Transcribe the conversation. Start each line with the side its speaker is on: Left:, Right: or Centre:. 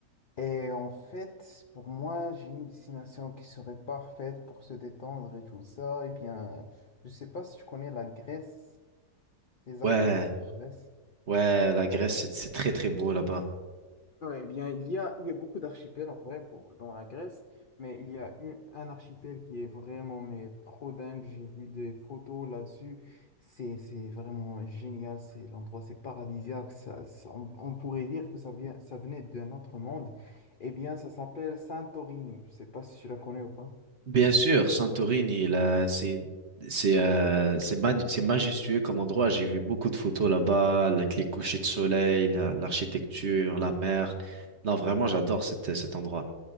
Left: Et en fait, pour moi, j'ai une destination qui serait parfaite pour se détendre et tout ça. Eh bien, je sais pas si tu connais la Grèce, les archipels
Right: Ouais,
Left: de Grèce.
Right: ouais, la Grèce, c'est c'est très très beau là-bas.
Left: Ouais, eh bien, il y a, il y a beaucoup d'archipels en vrai pour- dans la Grèce, mais il y a une- un archipel qui est vraiment mais trop dingue. J'ai vu des photos là-dessus. C'est, c'est vraiment génial. C'est l'endroit, c'est paradisiaque. Ça, ça- on, on pourrait dire que ça vient, ça venait d'un autre monde. Eh bien, ça s'appelle Santorini. Je sais pas si tu la connais ou pas.
Right: Bien sûr, Santorini, là, c'est c'est euh, c'est mag- c'est majestueux comme endroit. J'ai vu beaucoup de photos là-bas, avec les couchers de soleil, la- l'architecture, la mer. Non, vraiment, j'adore cet cet endroit.